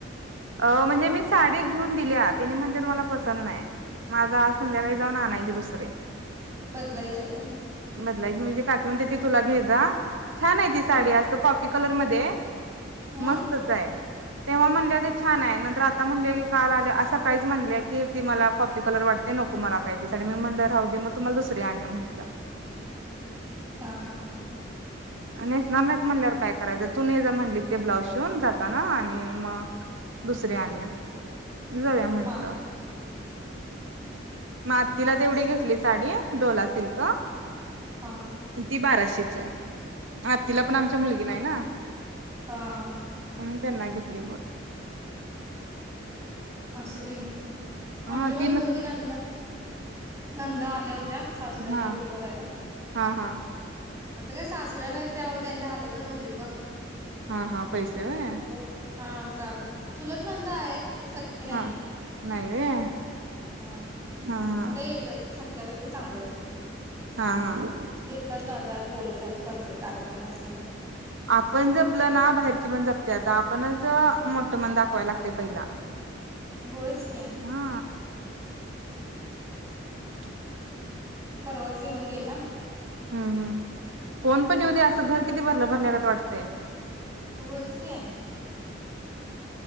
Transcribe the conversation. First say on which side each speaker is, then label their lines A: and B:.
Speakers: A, on the right (about 80°); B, on the right (about 15°).
A: अ म्हणजे मी साडी घीऊन दिल्या, तेनी म्हणत्यात मला पसंत नाय. म आज संध्याकाळी जाऊन आणायची दुसरी.
B: बदलायची हाय व्हय?
A: बदलायची म्हणजे काकी म्हणत्या, ती तुला घे जा. छान आहे ती साडी.
B: हा
A: असं कॉपी कलरमध्ये आहे,
B: मग
A: मस्तच आहे. तेव्हा म्हणल्या होत्या छान आहे नंतर आता म्हणल्या की, काल आल्या. आज सकाळीच म्हणली की, ती मला कॉपी कलर वाटते, नको मला काही ती साडी. मी म्हणलं राहू दे मग, तुम्हाला दुसरी आणूया म्हटलं.
B: हा हा हा.
A: नेसणार नाहीत म्हणल्यावर काय करायचं? तु ने जा म्हणली, ते ब्लाऊज शिवून जाताना आणि मग दुसरी आणूया. जाऊया म्हटलं.
B: हा हा
A: मग आत्तीला तेवढी
B: असेच
A: घेतली साडी. डोला सिल्क
B: हा
A: ती बाराशेची आहे. आत्तीलापण आमच्या मुलगी नाही ना.
B: हा हा
A: अं. त्यांना घेतली मग.
B: असूदे घे.
A: हा
B: आमच्यापण
A: तीन
B: दोघी नंदा नंदा आल्या हु त्या, सासूबाईंची
A: हा
B: ओटी भरायला.
A: हा हा
B: आता काय सासरं नाही त्यामुळे त्यांच्या हातातच दिलीत ग
A: हा हा पैसे होय.
B: ओट हा साडी चुलत नंदा आहेत. सख्खी नाहीय.
A: हा नाही व्हय.
B: हम्म
A: हा
B: मग ते येत्यात. त्यापेक्षा चांगलं आहे सोड
A: हा हा
B: येतात जातात बोलवतात करतात कार्यक्रम असलं.
A: आपण जपलं ना बाहेरची पण जपत्यात आप आपणच मोठ मन दाखवायला लागते पहिला
B: होयच की
A: हा क <inaudible>
B: परवाच येऊन गेल्या.
A: हम्म हम कोण पण येऊ दे असं घर किती भरलं भरल्यागत वाटतंय.
B: होयच की.